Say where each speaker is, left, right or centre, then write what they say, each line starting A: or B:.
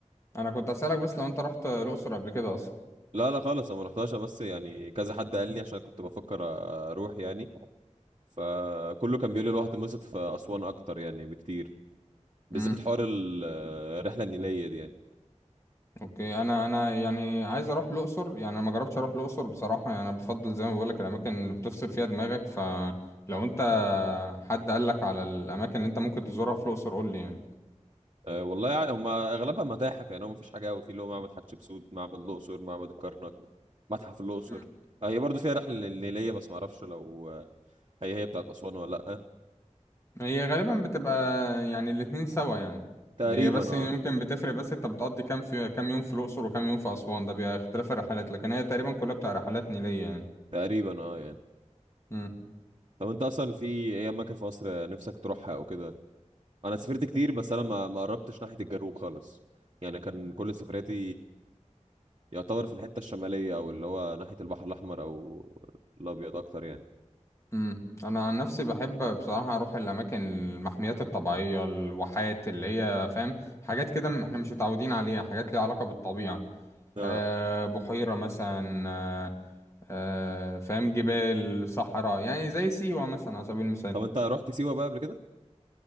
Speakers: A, on the left; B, on the right.
A: انا كنت اسالك بس لو انت رحت الاقصر قبل كده اصلا
B: لا لا خالص انا ما رحتهاش أنا بس يعني كذا حد قال لي عشان كنت بفكر اروح يعني فكله كان بيقول لي الواحد اتبسط في أسوان أكتر يعني بكتير بالذات
A: امم
B: حوار ال- آه، الرحلة النيلية دي يعني
A: اوكي انا انا يعني عايز اروح الاقصر يعني انا ما جربتش اروح الاقصر بصراحه يعني انا بفضل زي ما بقول لك الاماكن اللي بتفصل فيها دماغك فلو انت حد قال لك على الاماكن اللي انت ممكن تزورها في الاقصر قول لي يعني
B: أه والله يعني هم أغلبها متاحف يعني هو مفيش حاجة أوي في اللي هو معبد حتشبسوت معبد الأقصر معبد الكرنك متحف الأقصر
A: مم.
B: آه، هي برضو فيها رحلة نيلية بس معرفش لو آه، هي هي بتاعت أسوان ولا لأ
A: هي غالبا بتبقى يعني الاتنين سوا يعني
B: تقريبا
A: هي بس
B: اه
A: يمكن بتفرق بس انت بتقضي كام في كام يوم في الاقصر وكام يوم في اسوان ده بيبقى اختلاف الرحلات لكن هي تقريبا كلها بتاع رحلات نيليه يعني
B: تقريبا اه يعني
A: مم.
B: طب انت اصلا في ايه اماكن في مصر نفسك تروحها او كده انا سافرت كتير بس انا ما ما قربتش ناحية الجنوب خالص يعني كان كل سفرياتي يعتبر في الحتة الشمالية أو اللي هو ناحية البحر الأحمر أو الأبيض أكتر يعني
A: امم انا عن نفسي بحب بصراحه اروح الاماكن المحميات الطبيعيه الواحات اللي هي فاهم حاجات كده م- احنا مش متعودين عليها حاجات ليها علاقه بالطبيعه
B: اه
A: أه بحيره مثلا أه أه فاهم جبال صحراء يعني زي سيوه مثلا على سبيل المثال
B: طب أنت رحت سيوة بقى قبل كده؟